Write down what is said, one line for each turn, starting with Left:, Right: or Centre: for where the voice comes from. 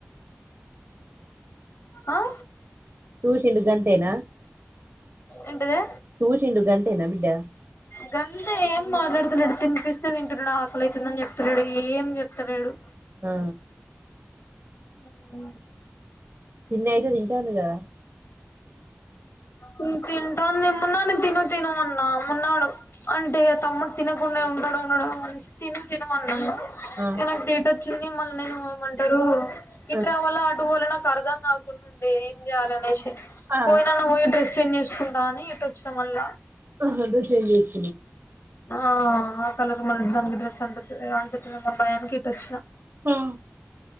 Left: ఆ
Right: చెండు గంతేన
Left: ఏంటిదే
Right: చూసిండు గంతేనా బిడ్డ
Left: గంతే ఏం మాట్లాడతలేడు తినిపిస్తే తింటుండు ఆకలైతుందని చెప్తలేడు ఏం చెప్తలేడు
Right: హా
Left: ఆ <unintelligible>
Right: తిండైతే తింటండ్ గద
Left: హ్మ్ తింటాను దేమ్మాన నేను తిను తిను అన్న మున్నాడు అంటే తమ్ముడ్ తినకుండా ఉం ఉన్నాడో ఉన్నాడో అనేషి తిను తిను అన్న
Right: ఆ
Left: ఇగ నాక్ డేట్ వచ్చింది మళ్ళ నేను ఏమంటారు ఇట్
Right: ఆ
Left: రావాల ఆటు పోవలన్ నాక్ అర్ధం కాకుండుండే ఏం చేయాలనేసి
Right: ఆ,
Left: పోయి నువ్ పోయి డ్రెస్ చేంజ్ చేసుకుంటా అని ఇటొచ్చిన మల్ల
Right: అహద్ చేంజ్ జేష్ <unintelligible>
Left: ఆ ఆ ఆ కలర్ మళ్ళ దానికి డ్రెస్ అంటుతది అంటుతది మోన్ భయానికి ఇటుొచ్చిన
Right: ఆ